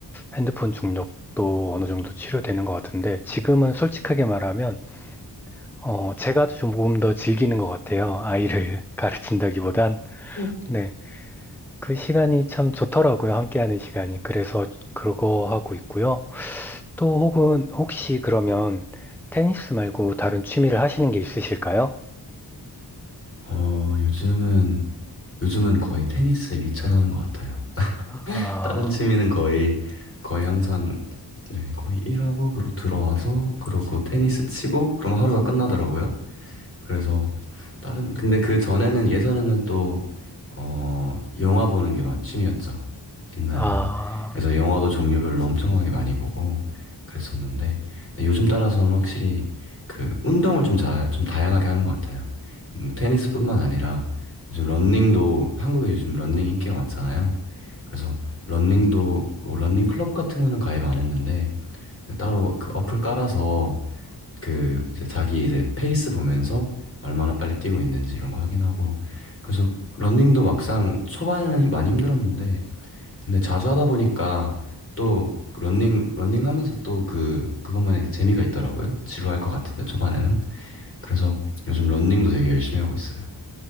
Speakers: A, in the centre; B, on the left.
A: 핸드폰 중독도 어느 정도 치료되는 것 같은데 지금은 솔직하게 말하면 어 제가 조금 더 즐기는 것 같아요. 아이를 <laughs> 가르친다기보단
B: 음.
A: 네. 그 시간이 참 좋더라고요. 함께하는 시간이. 그래서 그거 하고 있고요. 또 혹은 혹시 그러면 테니스 말고 다른 취미를 하시는 게 있으실까요?
B: 어, 요즘은, 요즘은 거의 테니스에 미쳐 사는 것 같아요.
A: 아,
B: 다른 취미는 거의, 거의 항상, 네, 거의 일하고, 그리고 들어와서, 그러고 테니스 치고, 그럼 하루가 끝나더라고요. 그래서 다른 근데 그 전에는 예전에는 또 어, 영화 보는 게 취미였죠. 옛날에는.
A: 아,
B: 그래서 영화도 종류별로 엄청나게 많이 보고 그랬었는데 근데 요즘 따라서는 확실히 그 운동을 좀 자, 좀 다양하게 하는 것 같아요. 음, 테니스뿐만 아니라 요즘 런닝도 한국에 요즘 런닝 인기가 많잖아요. 그래서 런닝도뭐닝 클럽 같은 거는 가입 안 했는데 근데 따로 그 어플 깔아서 그 이제 자기 이제 페이스 보면서 얼마나 빨리 뛰고 있는지 이런 거 확인하고 그래서 런닝도 막상 초반에는 힘- 많이 힘들었는데 근데 자주 하다 보니까 또 런닝 런닝 하면서 또 그 그것만의 재미가 있더라고요. 지루할 것 같은데 초반에는. 그래서 요즘 런닝도 되게 열심히 하고 있어요.